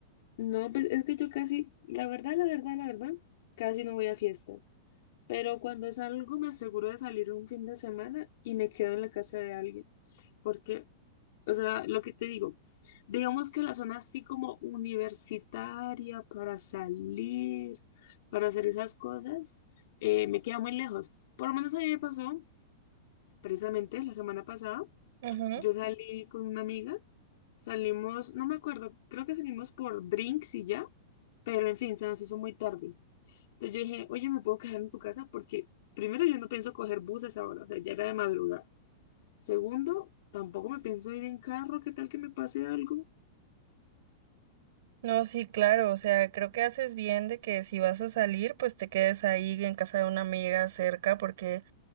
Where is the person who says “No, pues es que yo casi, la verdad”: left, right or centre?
Left